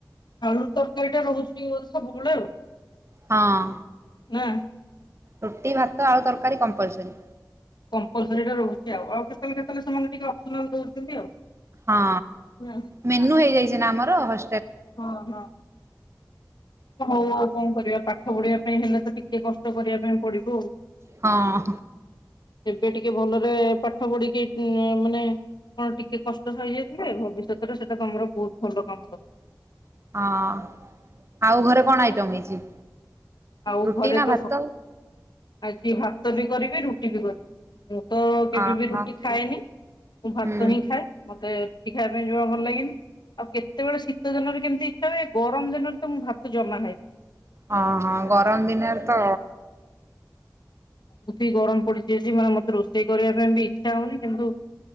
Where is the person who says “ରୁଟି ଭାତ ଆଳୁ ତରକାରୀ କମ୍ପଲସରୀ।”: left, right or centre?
Right